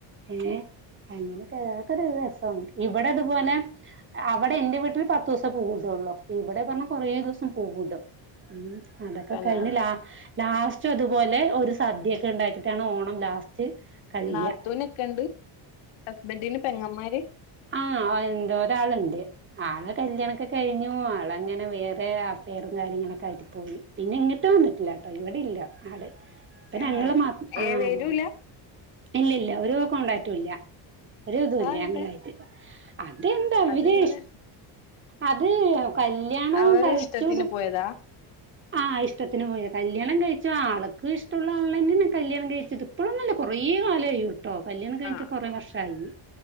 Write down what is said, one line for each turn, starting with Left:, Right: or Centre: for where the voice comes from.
Right: ഏഹ് അങ്ങനൊക്കെ തരാ <unintelligible> നൊക്കെ അതൊക്കൊരൊരു രസാണ് ഇവിടെ അതുപോലെ- അവിടെ എന്റെ വീട്ടിൽ പത്ത് ദിവസേ പൂവിടൊള്ളൂ ഇവിടെ പറഞ്ഞ കൊറേ ദിവസം പൂവിടും ഉം അതൊക്കെ
Left: പിന്നെ
Right: കഴിഞ്ഞ് ലാ ലാസ്റ്റ് ഇതുപോലെ ഒരു സദ്യൊക്കെ ഉണ്ടാക്കിട്ടാണ് ഓണം ലാസ്റ്റ്- കഴിയ
Left: നാത്തൂനൊക്കണ്ട് ഹസ്ബന്റിന് പെങ്ങമാര്-
Right: ആഹ് എന്തുവാ ഒരാളുണ്ട് ആള് കല്യാണൊക്കെ- കഴിഞ്ഞു ആൾ അങ്ങനെ വേറെ അഫെയറും കാര്യങ്ങളൊക്കെ ആയിട്ട് പോയി പിന്നെ ഇങ്ങിട്ട് വന്നിട്ടില്ല ട്ടോ ഇവിടെ ഇല്ല ആള് ഇപ്പ
Left: ഏഹ്
Right: ഞങ്ങള് മാ
Left: ഏഹ്
Right: ആ
Left: വരൂല
Right: അതാ ഇല്ലില്ല ഒരു കോൺടാക്റ്റു ഇല്ല ഒരു ഇതു ഇല്ല്യ
Left: അതെന്താ
Right: ഞങ്ങളായിട്ട് അതെന്താ ഇവര്
Left: അതങ്ങനെ
Right: അത് കല്യാണംവും
Left: അവരെ
Right: കഴിച്ചൂട്
Left: ഇഷ്ടത്തിന് പോയതാ
Right: ആഹ് ഇഷ്ടത്തിന് പോയ കല്യാണം കഴിച്ചു ആൾക്ക് ഇഷ്ടുള്ള ആളന്നെയാണ് കല്യാണം കഴിച്ചത് ഇപ്പോഴൊന്നു അല്ല കുറേ കാലായി ട്ടോ കല്യാണം കഴിച്ച്
Left: ആഹ്
Right: കൊറെ വർഷായി